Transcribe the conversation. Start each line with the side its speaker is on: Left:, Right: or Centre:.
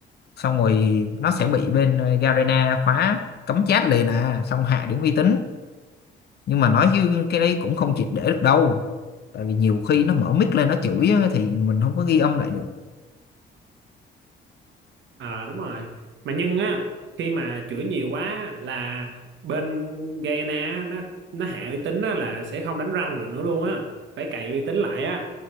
Left: Xong rồi nó sẽ bị bên ờ, Garena khóa cấm chat liền à, xong hạ điểm uy tín. Nhưng mà nói chứ cái đấy cũng không triệt để được đâu. Tại vì nhiều khi nó mở mic lên nó chửi á, thì mình không có ghi âm lại được.
Right: ờ đúng rồi mà nhưng á khi mà chửi nhiều quá là bên Gana nó nó hạ uy tín á là sẽ không đánh răng được nữa luôn á phải cày uy tín lại á